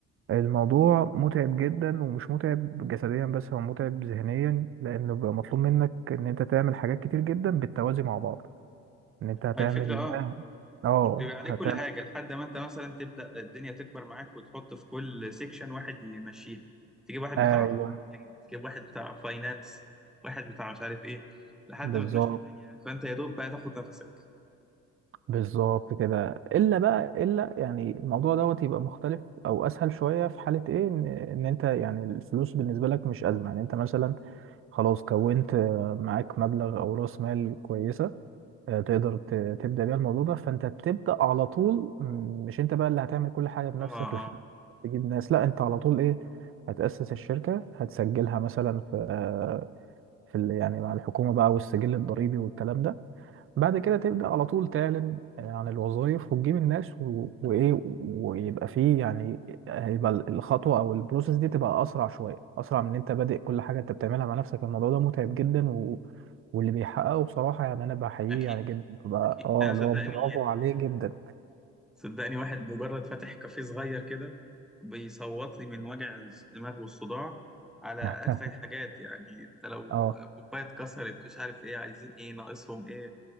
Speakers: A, on the right (about 45°); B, in the centre.
A: الموضوع متعب جدا ومش متعب جسديا بس هو متعب ذهنيا لان بيبقى مطلوب منك ان انت تعمل حاجات كتير جدا بالتوازي مع بعض ان انت هتعمل
B: هاي الفكرة أه
A: ده اه
B: بيبقى عليه
A: هتعمل
B: كل حاجة لحد ما انت مثلا تبدأ الدنيا تكبر معاك وتحط في كل سيكشن واحد يمشيها تجيب واحد
A: ايوه
B: بتاع ماركتنج تجيب واحد بتاع فاينانس واحد بتاع مش عارف ايه لحد
A: بالظبط
B: ما تمشي الدنيا فانت يا دوب بقى تاخد نفسك
A: بالظبط كده الا بقى الا يعني الموضوع دوت يبقى مختلف او اسهل شويه في حاله ايه ان ان انت يعني الفلوس بالنسبه لك مش ازمه يعني انت مثلا خلاص كونت آه، معاك مبلغ او راس مال كويسه آه، تقدر ت- تبدا بيها الموضوع ده فانت بتبدا على طول م، مش انت بقى اللي هتعمل كل حاجه بنفسك
B: اه اه
A: لحد
B: آه.
A: ما تجيب ناس لا انت على طول ايه هتاسس الشركه هتسجلها مثلا في آه، في ال- يعني مع الحكومه بقى والسجل الضريبي والكلام ده بعد كده تبدأ على طول تعلن عن الوظائف وتجيب الناس و... وإيه ويبقى فيه يعني هيبقى الخطوة أو البروسيس دي تبقى أسرع شوية أسرع من إن أنت بادئ كل حاجة أنت بتعملها مع نفسك الموضوع ده متعب جدا و... واللي بيحققه بصراحة يعني أنا بحييه
B: اكيد
A: يعني جدا ببقى
B: اكيد
A: أه
B: انا
A: اللي
B: صدقني
A: هو برافو عليه جدا
B: صدقني واحد مجرد فاتح كافيه صغير كده بيصوت لي من وجع الدماغ والصداع على
A: <laughs>
B: أتفه الحاجات يعني انت لو
A: أه
B: كوباية اتكسرت مش عارف ايه عايزين ايه ناقصهم ايه